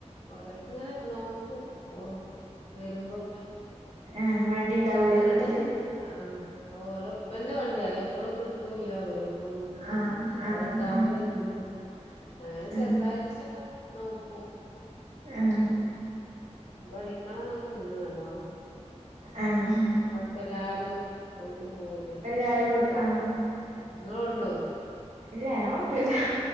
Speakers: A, on the left; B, on the right.
A: കൊറെക്കങ്ങനെ നോക്കൂ ഓളും വരുമ്പോക്കെ
B: എഹ് വണ്ടി ഉണ്ടാവൂല്ലേ
A: അങ്ങനെണ്ട്
B: വീട്ടില്
A: ആഹ് ഓളപ്പന്റെ
B: ഉം
A: വണ്ടിയ അതെപ്പഴും കിട്ടൂല്ല വരും ഒന്നും
B: ആ ആ
A: അത്
B: ഉം
A: ണ്ടാവുമ്പളെകിട്ടൊള്ളു അങ്ങനെ ചെറുതായിട്ട്
B: ഉം
A: <unintelligible> നോക്കും
B: ആഹ്
A: വടിക്കണന്നൊക്കെണ്ട് നല്ലോണ്ണം
B: ആആഹ്
A: അപ്പല്ലാരും ഓട്ടി പോവു
B: പ്പഎല്ലാരും ഓട്ടു ആഹ്
A: ഇങ്ങളോട്ടോ
B: ഇല്ല ഞാ ഓട്ടൂല്ല